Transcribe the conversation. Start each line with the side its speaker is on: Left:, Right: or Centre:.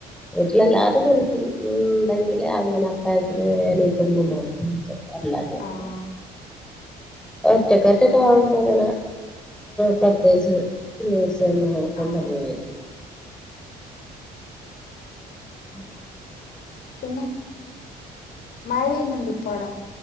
Centre: വീട്ടിലെ എല്ലാരും നൽക്കണ്ടെങ്കില്േ അങ്ങനെ അത്തഹത്തിന് എണീക്കുമ്പോിക്ക വല്ലാജക്ക
Left: ആഹ്
Centre: ഒറ്റക്ക ഒറ്റക്കെ ആവുമ്പോ അങ്ങനെ പ്രത്യേകിച്ച് പിന്ന ച കൊണ്ടന്ന
Left: ആഹ്
Centre: ആായിക്കൂട ഉം
Left: പിന്നെ മഴ പെയ്യുന്നുണ്ട് ഇപ്പോടാ